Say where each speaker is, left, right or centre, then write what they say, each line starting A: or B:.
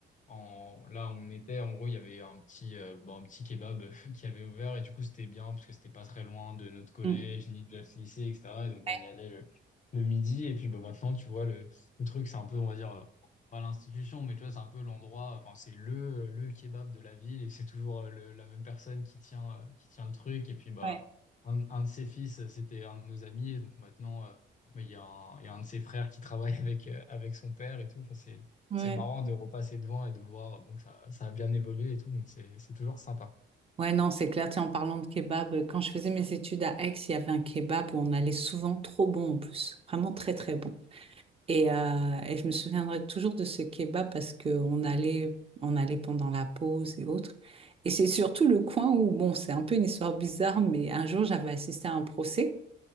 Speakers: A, on the left; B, on the right.
A: en, là, on était, en gros, il y avait un petit, euh, bon, un petit kebab <laughs> qui avait ouvert. Et du coup, c'était bien parce que c'était pas très loin de notre collège,
B: mm.
A: ni de notre lycée, etc. Et donc, on
B: Ouais,
A: y allait le, le midi. Et puis, bah, maintenant, tu vois, le, le truc, c'est un peu, on va dire, euh, pas l'institution, mais tu vois, c'est un peu l'endroit, enfin, c'est le, le kebab de la ville. Et c'est toujours euh, le- la même personne qui tient, euh, qui tient le truc. Et puis, bah,
B: ouais,
A: un, un de ses fils, c'était un de nos amis. Et donc, maintenant, mais il y a un, il y a un de ses frères qui travaille <laughs> avec, euh, avec son père et tout. Enfin, c'est,
B: ouais.
A: c'est marrant de repasser devant et de voir bon, que ça, ça a bien évolué et tout. Donc, c'est, c'est toujours sympa.
B: Ouais, non, c'est clair. Tiens, en parlant de kebab, euh, quand je faisais mes études à Aix, il y avait un kebab où on allait souvent, trop bon en plus, vraiment très très bon. Et, euh, et je me souviendrai toujours de ce kebab parce qu'on allait, on allait pendant la pause et autres. Et c'est surtout le coin où, bon, c'est un peu une histoire bizarre, mais un jour, j'avais assisté à un procès.